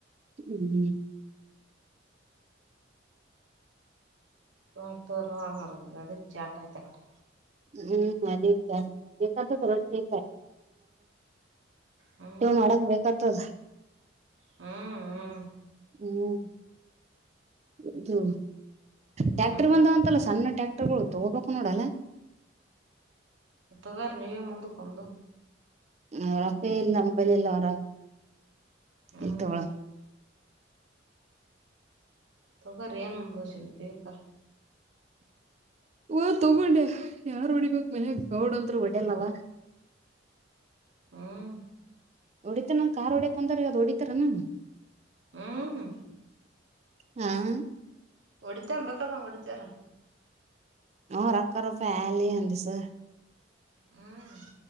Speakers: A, on the right; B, on the right.
A: ಹ್ಮ್
B: ಮಾಡಡ್ತೋರು ಆಗರಂದ ಅದು ಜಾಟ ಆಯ್ತ ಅ ಕಡೆ
A: ಹ್ಮ್ ಅದ ಚ ದಾ ಮಾಡಕ ರೊಟ್ಟಿ
B: ಹ್ಮ್
A: ಮಾಡಕ್ ಬೇಕತದ
B: ಹ್ಮ್ ಹ್ಮ್
A: ಹ್ಮ್ ಹೌದು ಟ್ಯಾಕ್ಟರ್
B: ಹ್ಮ್
A: ಬಂದಾವಂತಲ್ಲ ಸಣ್ಣ ಟ್ಯಾಕ್ಟರ್ಗಳು ತಗೋಬೇಕು ನೋಡಲ್ಲ
B: ತಗೋರಿ ನೀವೇ ಮುಂದಕ್ಕೊಂದು
A: ಅವರಕ್ಕ ಇಲ್ಲ ಅಂಬಲಿಲ್ಲ ರ
B: ಹ್ಮ್
A: ಇ ತೋಳ
B: ತಗ ರ ಏನುಂಬಸನ್ ಪಿಗ
A: ಹಓ ತಗೊಂಡೆ ಯಾರ್ ಹೊಡಿಬೇಕಕ್ ಮನ್ ಗೌಡ್ಂದೂ ಹೊಡಲ್ಲವ
B: ಹ್ಮ್
A: ಹೊಡಿತ ಕಾರ್ ಹೊಡಕ್ ಬಂದಾರ ಅದ್ ಹೊಡಿತಾರನಾ
B: ಹ್ಮ
A: ಹ್ಮ
B: ಕುಡಿತಂಬಕ್ಕಮ್ಮ ಕುಡತರ
A: ಹ ರಕ್ಕರಫೆಲ ಅ ಸರ್
B: ಹ್ಮ